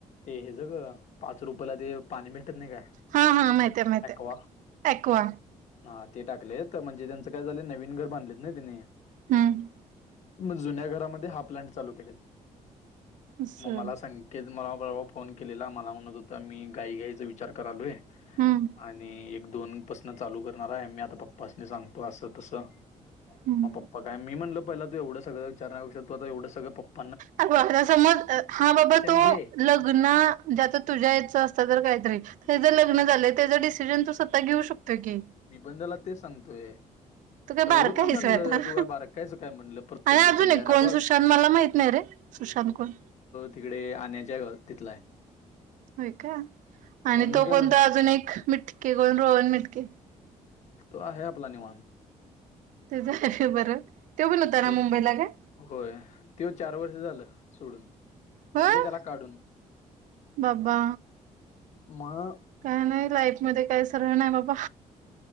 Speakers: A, on the left (about 60°); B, on the right (about 75°).
A: ते हे ज ग. पाच रुपयला ते पाणी मिळतात नाही का.
B: हा हा माहितीय माहितीय.
A: अक्वा.
B: ॲक्वा
A: हा ते टाकलेत म्हणजे त्यांचं काय झालं नवीन घर बांधलेत ना त्यांनी.
B: हम्म.
A: मग जुन्या घरामध्ये हा प्लांट चालू केलाय.
B: असं
A: मग मला सांग तेच मला परवा फोन केलेला. मला म्हणत होतां मी गाई घ्याईचा विचार करालोय.
B: हम्म
A: आणि एक दोन पसन चालू करणारे. मी आता पप्पासनी सांगतो असं तस.
B: हम्म.
A: मग पप्पा काय. मी म्हणलं पहिला तू एवढं सगळं इचारण्यापेक्षा तू आता ऐवढं सगंळ पप्पा
B: आता समज हा बाबा तो
A: घे
B: लग्न जे आता तुझ्या याचं असतं तर काहीतरी. त्याज लग्न झालं त्याच डिसिजन तो स्वतः घेऊ शकतोय की.
A: मी पण त्याला तेच सांगतोय.
B: तो काय
A: एवढं
B: बारकायस
A: म्हणलं
B: व्हय आता.
A: तू काय बारकायचं काय म्हणलं प्रत्येक
B: आणि
A: डिसिजन
B: अजून कोण
A: बघ
B: सुशांत मला माहित नाही रे. सुशांत कोण?
A: तिकडे आण्याच्या गव तिथलाय.
B: होय का? आणि
A: मग मी
B: तो
A: काय
B: कोणता
A: म्हण
B: अजून एक मिटके कोण रोहण मिटके?
A: तो आहे आपला निवांत.
B: तेच आहे बर. तो पण होता ना
A: त्यो
B: मुंबईला काय.
A: होय. त्यो चार वर्ष झालं सोडून.
B: होय
A: म्हणजे त्याला काढून.
B: बाबा
A: मग
B: काय नाही लाईफ मध्ये काही सरळ नाही बाबा.